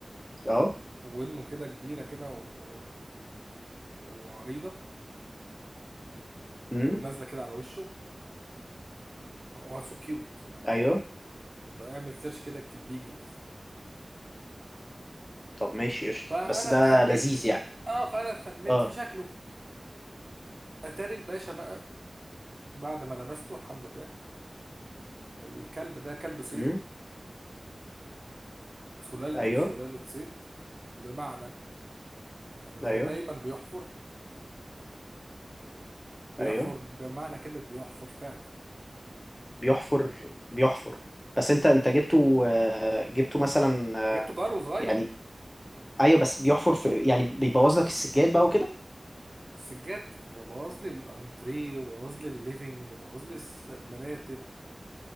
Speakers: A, on the left (about 20°); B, on the right (about 40°).
A: اه
B: ودنه كده كبيرة كده و... وعريضة
A: امم
B: ونازلة كده على وشه هو سو كيوت يعني
A: ايوه
B: بعمل سيرش كده اكتب بيجل بس
A: طب ماشي قشطة
B: فأنا
A: بس ده
B: اتخميت
A: لذيذ يعني
B: اه فأنا اتخميت
A: اه
B: في شكله اتاري الباشا بقى بعد ما لبسته الحمد لله الكلب ده كلب صيد
A: امم
B: سلالته
A: ايوه
B: سلالة صيد بمعنى ان هو
A: ايوه
B: دايما بيحفر بيحفر
A: ايوه
B: بمعنى كلمة بيحفر فعلا
A: بيحفر بيحفر بس انت انت جبته آه، جبته مثلا
B: انا جبته
A: آه،
B: جار وصغير
A: يعني ايوه بس بيحفر في يعني بيبوظ لك السجاد بقى وكده
B: السجاد بوظ لي الانتريه وبوظ لي الليفينج وبوظ لي الس- المراتب